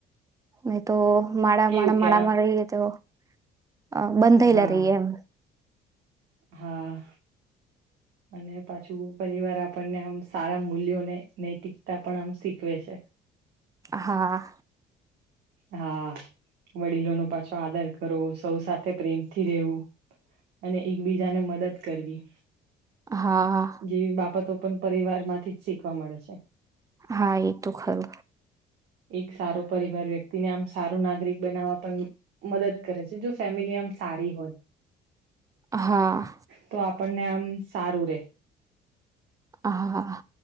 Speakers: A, on the right; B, on the right.
A: મે તો માડા
B: કેવું
A: માડા
B: કે
A: માડામાં
B: આમ
A: રહીએ તો હ બંધઈલા
B: હા
A: ર એમ.
B: હા, અને પાછું પરિવાર આપણને આમ સારા મૂલ્યોને નૈતિક ત્યાં પણ આમ શીખવે છે.
A: હા.
B: હા, વડીલો નો પાછો આદર કરો સૌ સાથે પ્રેમથી રહેેવું, અને એકબીજાને મદદ કરવી.
A: હા
B: જેવી બાબતો પણ પરિવાર માંથી જ શીખવા મળે છે,
A: હા એ તો ખરું
B: એક સારો પરિવાર વ્યક્તિ ને આમ સારું નાગરિક બનાવવા પણ મદદ કરે છે જો મિમ સારી હોય,
A: હા
B: તો આપ આપણને આમ સારું રે.
A: હા હા.